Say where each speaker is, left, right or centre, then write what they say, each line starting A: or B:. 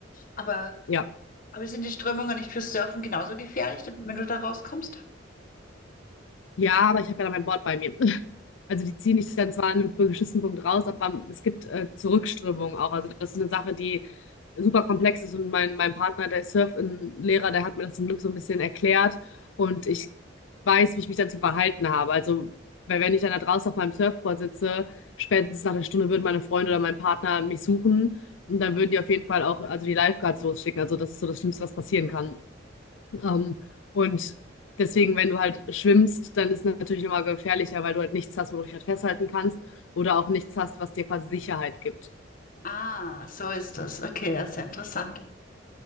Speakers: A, on the left; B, on the left.
A: Aber,
B: Ja.
A: aber sind die Strömungen nicht fürs Surfen genauso gefährlich, wenn du da rauskommst?
B: Ja, aber ich habe ja dann mein Board bei mir. Also die ziehen dich dann zwar an einem beschissenen Punkt raus, aber es gibt äh, Zurückströmung auch. Also das ist eine Sache, die super komplex ist und mein, mein Partner, der ist Surf-Lehrer, der hat mir das zum Glück so ein bisschen erklärt und ich weiß, wie ich mich dann zu verhalten habe. Also weil wenn ich dann da draußen auf meinem Surfboard sitze, spätestens nach einer Stunde würden meine Freunde oder mein Partner mich suchen und dann würden die auf jeden Fall auch also die Lifeguards losschicken. Also das ist so das Schlimmste, was passieren kann. Ähm, und deswegen, wenn du halt schwimmst, dann ist es natürlich nochmal gefährlicher, weil du halt nichts hast, wo du dich halt festhalten kannst oder auch nichts hast, was dir quasi Sicherheit gibt.
A: Ah, so ist das. Okay, ja, sehr interessant.